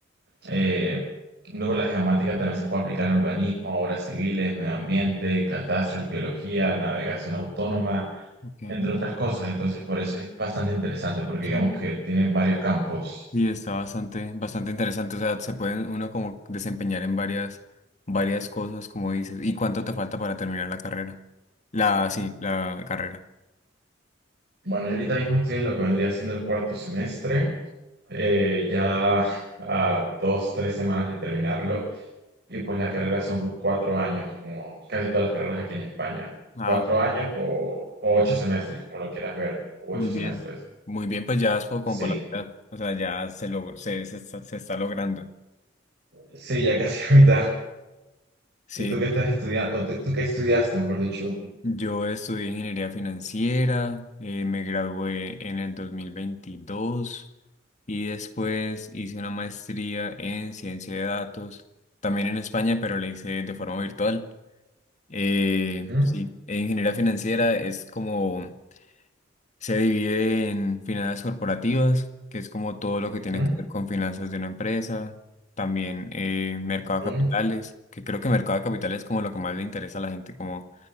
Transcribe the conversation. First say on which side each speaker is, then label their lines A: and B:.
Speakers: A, on the right; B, on the left.
A: Eh, luego, la geomática también se puede aplicar en urbanismo, obras civiles, medio ambiente, catastro, arqueología, navegación autónoma,
B: Okay.
A: entre otras cosas. Entonces, por eso es bastante interesante, porque digamos
B: Mm.
A: que tiene varios campos.
B: Y está bastante, bastante interesante. O sea, se puede uno como desempeñar en varias, varias cosas, como dices. ¿Y cuánto te falta para terminar la carrera? La, sí, la carrera.
A: Bueno, yo ahorita mismo estoy en lo que vendría siendo el cuarto semestre. eh, ya a dos, tres semanas de terminarlo. Y pues la carrera son cuatro años, como casi todas las carreras aquí en España.
B: Ah.
A: Cuatro años o, o ocho semestres, como lo quieras ver. O
B: Muy
A: ocho semestres.
B: bien. Muy bien, pues ya vas por- como
A: Sí,
B: por la mitad. O sea, ya se, lo, se, se está, se está logrando.
A: sí, ya casi la mitad.
B: Sí,
A: ¿Y tú qué estás estudiando? ¿O tú tú qué estudiaste, mejor dicho?
B: yo estudié ingeniería financiera, eh, me gradué en el 2022 y después hice una maestría en ciencia de datos, también en España, pero la hice de forma virtual. Eh,
A: Ujú,
B: sí, en ingeniería financiera es como Se divide en finanzas corporativas, que es como todo lo que
A: ujú,
B: tiene que ver con finanzas de una empresa. También eh, mercado
A: Sí,
B: de capitales, que creo que mercado de capitales es como lo que más le interesa a la gente, como